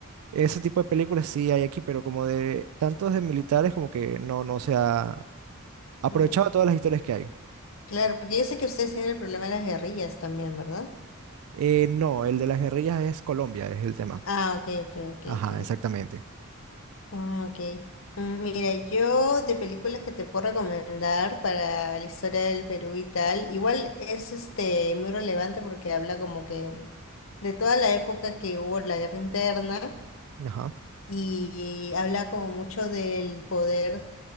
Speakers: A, on the right; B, on the left.
A: Ese tipo de películas sí hay aquí, pero como de tantos de militares como que no, no se ha aprovechado
B: Mm,
A: todas las historias que hay.
B: Claro, porque yo sé que ustedes tienen el problema de las guerrillas también, ¿verdad?
A: Eh, no, el de las guerrillas es Colombia, es el tema.
B: Ah, ok, ok, ok,
A: Ajá,
B: ok.
A: exactamente.
B: Ah, ok. Mm, Mira, yo de películas que te puedo recomendar para la historia del Perú y tal, igual es este muy relevante porque habla como que de toda la época que hubo la guerra interna
A: Ajá,
B: y habla como mucho del poder.